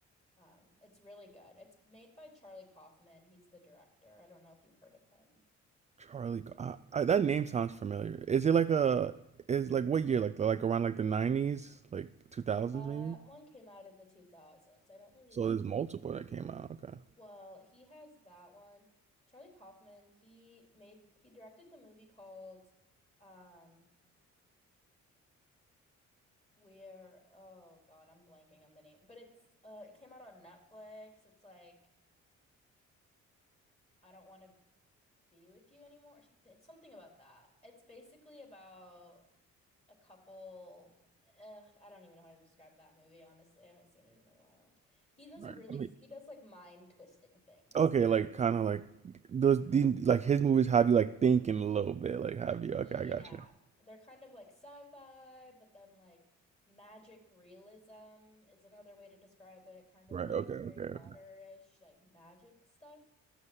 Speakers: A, on the left; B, on the right.
A: Um, it's really good. It's made by Charlie Kaufman. He's the director. I don't know if you've heard of him.
B: Charlie Go- I, I, that name sounds familiar is it like a is like what year like like around like the 90s like 2000s
A: That
B: maybe
A: one came out in the 2000s. I don't know the
B: So
A: exact
B: there's multiple
A: date.
B: that came out. Okay.
A: Well, he has that one. Charlie Kaufman, he made he directed the movie called um where oh God, I'm blanking on the name. But it's uh it came out on Netflix. It's like I don't want to be with you anymore or something. It's something about that. It's basically about a couple Ugh, I don't even know how to describe that movie, honestly. I haven't seen it in a while. He does
B: All right.
A: really
B: Let me-
A: he does like mind twisting things.
B: Okay, like kind of like those these like his movies have you like thinking a little bit, like have you? Okay,
A: Yeah,
B: I got you.
A: they're kind of like sci-fi, but then like magic realism is another way to describe it, kind of
B: Right.
A: like
B: Okay. Okay.
A: Harry Potter-ish,
B: Okay.
A: like magic stuff.